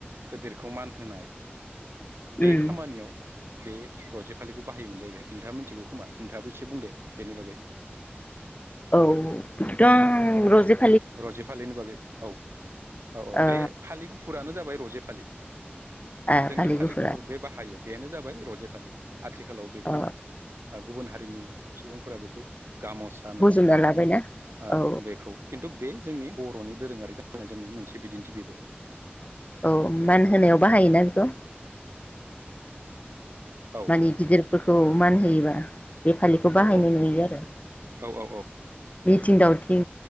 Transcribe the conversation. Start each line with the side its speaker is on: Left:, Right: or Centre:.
Right: गोदोरखौ मान होनाय बे
Left: उम
Right: खामानियाव बे रजे फालिखौ बाहायोमोन जाहैबाय नोंथाङा मिथिगौ खोमा नोंथाङाबो इसे बुंदो बेनि बागै।
Left: औ बिदिथ' आं रजेफ
Right: रजे फालिनि बागै औ औ औ
Left: ओ
Right: बे फालि गुफुरानो जाब बाय रजे फालि।
Left: ओ
Right: जोंदि
Left: फालि
Right: फालिगुफुर
Left: गुफुरा
Right: बे बाहायो बेनो जाबाय रजे फालि। आथिखालाव बेखौ
Left: अ
Right: ओ गुबुन हारिनि सुबुंफोरा बेखौ गाम'सा होननानै
Left: बजबना
Right: बुङो
Left: लाबायना
Right: ओ
Left: औ
Right: बेखौ। बे जोंनि बर'नि दोरोङारि गाननाय जोमनाय मोनसे बिदिन्थि बेबो
Left: औ मान होनायाव बाहायोना बेखौ
Right: औ
Left: मानि गिदिर फोरखौ मान होयोबा बे फालिखौ
Right: औ
Left: बाहायनाय नुयो आरो
Right: औ औ
Left: मिथिं दाव जिं